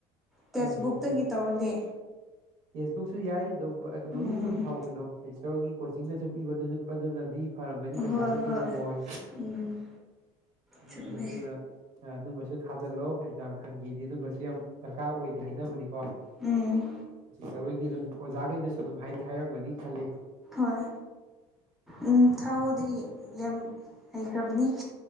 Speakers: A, in the centre; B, on the right.
A: ꯇꯦꯛꯁꯕꯨꯛꯇꯒꯤ
B: ꯑꯦ ꯃꯣꯛꯇꯦꯁ
A: ꯇꯧꯔꯗꯤ
B: ꯇꯦꯛꯁꯕꯨꯛꯁꯨ ꯌꯥꯏ ꯑꯗꯨ ꯀꯩꯅꯣꯒꯤꯁꯨ
A: ꯎꯝ
B: ꯑꯗꯨꯝ ꯊꯥꯎ ꯀꯩꯅꯣ ꯁꯤꯁꯇꯥꯔ ꯈꯣꯢꯒꯤ ꯀꯣꯆꯤꯡꯗꯁꯨ ꯄꯤꯕꯗꯨꯁꯨ ꯑꯗꯨꯅꯗꯤ ꯐꯔꯝꯒꯅꯤ ꯄꯩꯁꯥꯁꯨ
A: ꯍꯣꯏ
B: ꯇꯤꯡꯉꯝꯃꯣꯏ
A: ꯍꯣꯏ ꯎꯝ ꯆꯨꯝꯃꯦ
B: ꯎꯝ ꯑꯗꯨꯅ ꯑꯗꯨꯝꯕꯁꯨ ꯊꯥꯖꯥꯜꯂꯣ ꯑꯦꯛꯖꯥꯝ ꯈꯟꯒꯤꯗꯤ ꯑꯗꯨꯝꯕꯁꯨ ꯌꯥꯝ ꯗꯔꯀꯥꯔ ꯑꯣꯏꯗꯤ ꯍꯥꯏꯅꯕꯅꯤꯀꯣ
A: ꯎꯝ
B: ꯆꯔ ꯍꯣꯏꯗꯤ ꯑꯗꯨꯝ ꯑꯣꯖꯥꯈꯩꯅꯁꯨ ꯑꯗꯨꯝ ꯍꯥꯏꯗꯤ ꯍꯥꯏꯔꯝꯒꯅꯤ ꯈꯜꯂꯤ
A: ꯍꯣꯏ ꯎꯝ ꯊꯥꯎꯗꯤ ꯌꯥꯝ ꯍꯩꯈ꯭ꯔꯕꯅꯤ